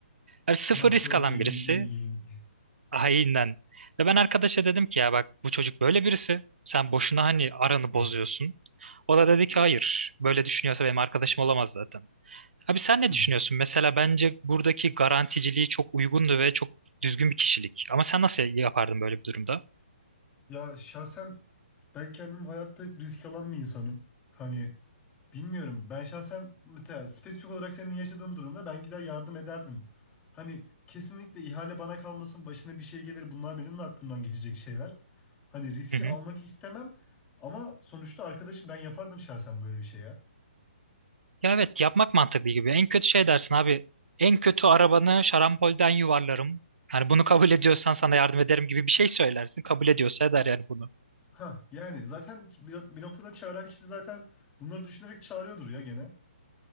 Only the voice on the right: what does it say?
Abi sıfır
risk alan
birisi.
Haininden. Ve ben arkadaşa dedim ki ya bak bu çocuk böyle birisi. Sen boşuna hani aranı
bozuyorsun. O da dedi ki hayır. Böyle düşünüyorsa benim arkadaşım olamaz zaten. Abi sen ne
düşünüyorsun? Mesela bence buradaki garanticiliği çok uygundu ve çok düzgün bir kişilik. Ama sen nasıl yapardın böyle bir durumda?
Hı hı.
Ya evet yapmak mantıklı gibi. En kötü şey dersin abi. En kötü arabanı şarampolden yuvarlarım. Hani bunu kabul ediyorsan sana yardım ederim gibi bir şey söylersin. Kabul ediyorsa eder yani bunu.